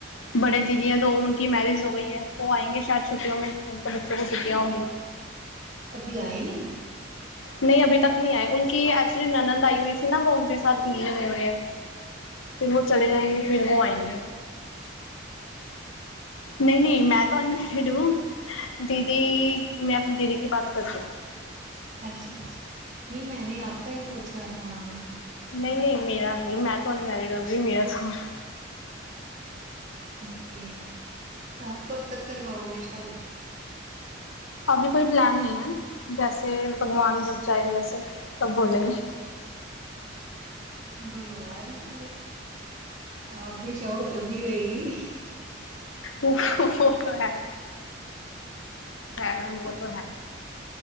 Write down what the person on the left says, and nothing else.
ਬੜੇ ਦੀਦੀ ਹੈ ਦੋ। ਕੀ ਮੈਰਿਜ ਹੋ ਗਈ ਹੈ। ਵੋ ਆਂਏਂਗੇੇ ਸ਼ਾਇਦ ਛੁੱਟਟਿਯੋਂ ਮੇਂ ੳਨ ਕੇ ਬੱਚੋਂ ਕੋ ਛੱਟੀਆਂ ਹੋ ਗਈ
ਨਹੀਂ ਅਭੀ ਤੱਕ ਨਹੀਂ ਆਏ ਉਨਕੀ ਐਕਚੁਲੀ ਨਨਦ ਆਈ ਹੋਈ ਥੀ ਨਾ, ਵੋ ਉਨਕੇ ਸਾਥ ਘੂਮਨੇ ਗਏ ਹੋਏ ਹੈ। ਫਿਰ ਵੋ ਚਲੇ ਜਾਏਗੇ, ਫਿਰ ਵੋ ਆਏਂਗੇੇ। ਨਹੀਂ, ਨਹੀਂ ਮੈਂ ਤੋ ਅਨਮੈਰਿਡ ਹੂੰ ਦੀਦੀ ਮੈਂ ਆਪਣੀ ਦੀਦੀ ਕੀ ਬਾਤ ਕਰ ਰਹੀ ਹੂੰ।
ਨਹੀਂ, ਨਹੀਂ ਮੇਰਾ ਨਹੀਂ ਮੈਂ ਤੋ ਅਨਮੈਰਿਡ ਹੋਗੀ ਮੇਰਾ ਤੋ
ਅਭੀ ਕੋਈ ਪਲਾਨ ਨਹੀਂ ਹੈ ਜੈਸੇ ਭਗਵਾਨ ਜਬ ਚਾਹੇ ਵੈਸੇ ਤਬ ਹੋ ਜਾਏਗੀ
ਉਹ ਹੈ ਉਹ ਹੈ ਮੈਮ ਉਹ ਹੈ।